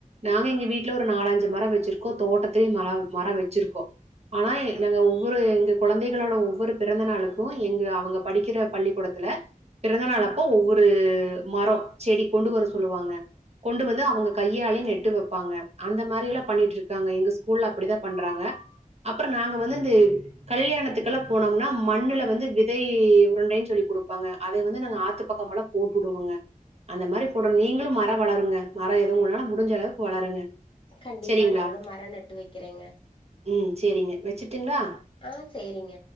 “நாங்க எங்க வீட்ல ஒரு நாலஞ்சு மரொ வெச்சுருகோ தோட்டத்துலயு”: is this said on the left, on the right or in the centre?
Right